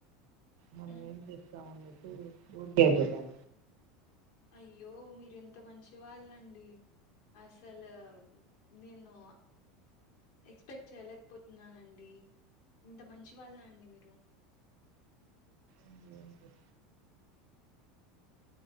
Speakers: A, on the right (about 70°); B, on the left (about 70°).
A: మనం
B: ఉమ్
A: ఏం చేస్తామని చెప్పి ఊరిక అయిపోతాం
B: అయ్యో మీరెంత మంచి వాళ్ళండి అసలు నేను ఎక్స్పెక్ట్ చేయలేకపోతున్నానండి ఇంత మంచి వాళ్ళ అండి మీరు
A: ఇందులో ఉంటది